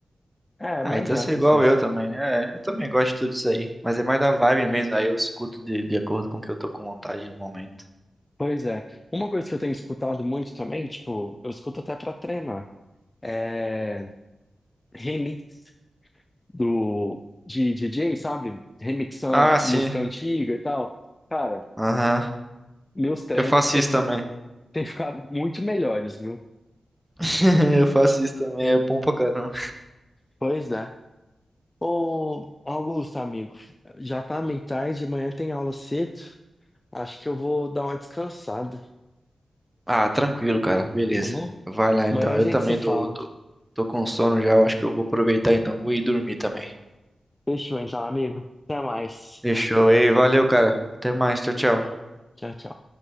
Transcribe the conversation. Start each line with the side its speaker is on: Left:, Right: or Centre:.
Left: É,
Centre: Ah,
Left: mais
Centre: então
Left: essas
Centre: você é igual
Left: mesmo.
Centre: eu também. É, eu também gosto de tudo isso aí. Mas é mais da vibe mesmo, aí eu escuto de, de acordo com o que eu tô com vontade no momento.
Left: Pois é. Uma coisa que eu tenho escutado muito também, tipo, eu escuto até pra treinar, é remix do de DJ, sabe? Remixando
Centre: Ah,
Left: a
Centre: sim.
Left: música antiga e tal. Cara,
Centre: Aham.
Left: meus treinos
Centre: Eu faço
Left: têm,
Centre: isso também.
Left: têm ficado muito melhores, viu?
Centre: <laughs> Eu faço isso também, é bom pra caramba.
Left: Pois é. Ô, Augusto, amigo, já tá meio tarde, amanhã tem aula cedo. Acho que eu vou dar uma descansada,
Centre: Ah, tranquilo, cara. Beleza.
Left: tá bom?
Centre: Vai lá então.
Left: Amanhã a
Centre: Eu
Left: gente
Centre: também
Left: se fala.
Centre: tô, tô, tô com sono já. Eu acho que eu vou aproveitar então. Vou ir dormir também.
Left: Fechou então, amigo. Até mais.
Centre: Fechou. Ei, valeu, cara. Até mais. Tchau, tchau.
Left: Tchau, tchau.